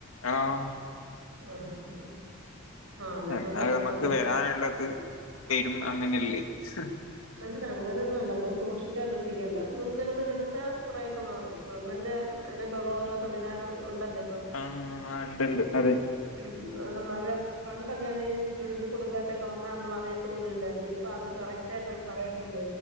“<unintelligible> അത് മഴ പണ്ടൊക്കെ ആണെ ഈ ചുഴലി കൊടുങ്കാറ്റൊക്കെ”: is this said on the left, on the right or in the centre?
Right